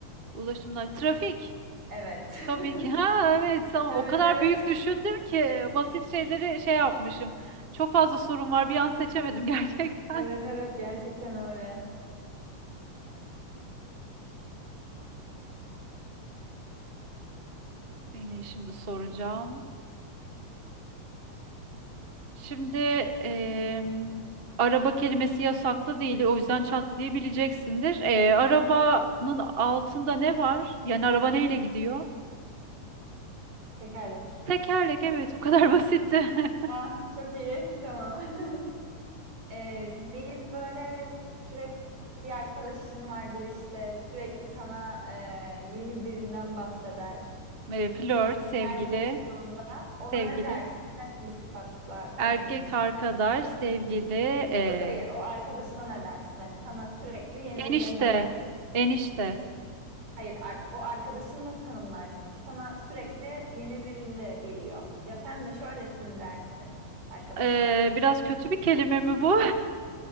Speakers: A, on the right (about 30°); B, on the right (about 80°).
A: ulaşımlar, trafik.
B: Evet.
A: Tabii ki.
B: <laughs>
A: <laughs> Ha evet, tamam.
B: Evet
A: O kadar
B: evet.
A: büyük düşündüm
B: <laughs>
A: ki e, basit şeyleri şey yapmışım. Çok fazla sorun var. Bir an seçemedim <laughs> gerçekten.
B: Evet evet gerçekten öyle.
A: Eee, e, şimdi soracağım. Şimdi em, araba kelimesi yasaklı değil, o yüzden çat diye bileceksindir. E, arabanın altında ne var? Yani araba neyle gidiyor?
B: Tekerlek.
A: Tekerlek, evet, bu kadar basitti. <laughs>
B: Ah çok iyi <laughs> tamam. <laughs> Ee, biz böyle sürekli bir arkadaşın vardır işte sürekli sana e, yeni birinden bahseder.
A: E, flört, sevgili,
B: Her buluştuğunda ona
A: sevgili,
B: ne dersin? Nasıl bir sıfatla seslenirsin?
A: erkek arkadaş, sevgili, e,
B: Yok hayır o arkadaşına ne dersin? Hani sana sürekli yeni birilerinden
A: enişte,
B: bahsediyor.
A: enişte.
B: Hayır, ar- o arkadaşını nasıl tanımlarsın? Sana sürekli yeni biriyle geliyor. Ya sen de şöylesin dersin arkadaşına.
A: E, biraz kötü bir kelime mi bu?